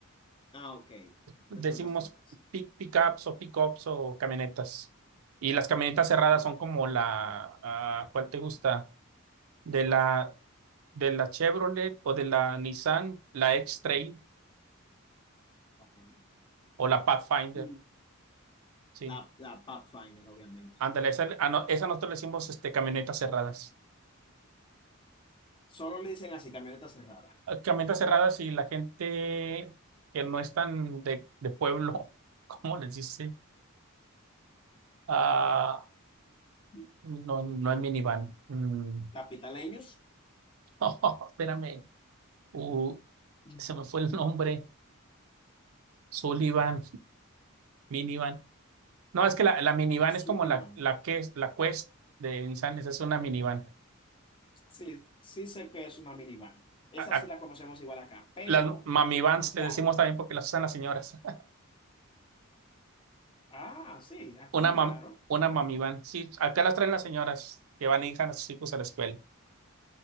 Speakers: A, on the left; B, on the right.
A: Ah, ok.
B: Decimos
A: Esas son las trucas.
B: pick, pickups o pickups o camionetas. Y las camionetas cerradas
A: Oh,
B: son como la. ah, ¿cuál te gusta? De la, de la Chevrolet o de la Nissan, la X-Trail
A: ajá.
B: o la Pathfinder.
A: Mm.
B: Sí.
A: La, la Pathfinder, obviamente.
B: Ándale, esa, ah, no, esa nosotros le decimos este, camionetas cerradas.
A: Solo le dicen así, camioneta cerrada.
B: eh, Camionetas cerradas y la gente que no es tan de, de pueblo, <laughs> ¿cómo les dice? Ah,
A: Mm.
B: no, no es minivan. Mm. <laughs>
A: Capitaleños,
B: Oh, espérame. Uh,
A: Mm.
B: se me fue el nombre. Sullivan, minivan. No, es que la, la minivan es
A: Sullivan.
B: como la, la que es la Quest de Nissan, esa es una minivan.
A: Sí, sí sé que es una minivan. Esa
B: A-
A: sí
B: a-
A: la conocemos igual acá, pero,
B: las mamivans
A: o sea,
B: les decimos también porque las usan las señoras.
A: ah, sí,
B: <laughs>
A: aquí
B: Una
A: muy
B: mam-
A: raro.
B: una mamivan. Sí, acá las traen las señoras que van a ir a sus hijos a la escuela.